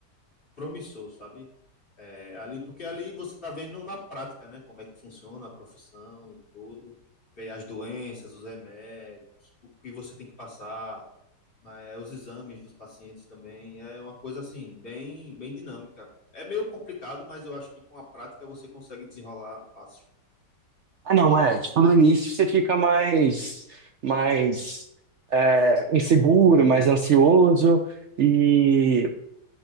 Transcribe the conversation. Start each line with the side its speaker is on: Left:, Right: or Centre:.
Left: promissor, sabe? É, ali, porque ali você está vendo na prática, né? Como é que funciona a profissão e tudo, ver as doenças, os remédios, o que você tem que passar, mas é, os exames dos pacientes também é uma coisa assim, bem, bem dinâmica. É meio complicado, mas eu acho que com a prática você consegue desenrolar fácil.
Right: Ah, não, é. Tipo, no início você fica mais, mais é, inseguro, mais ansioso, e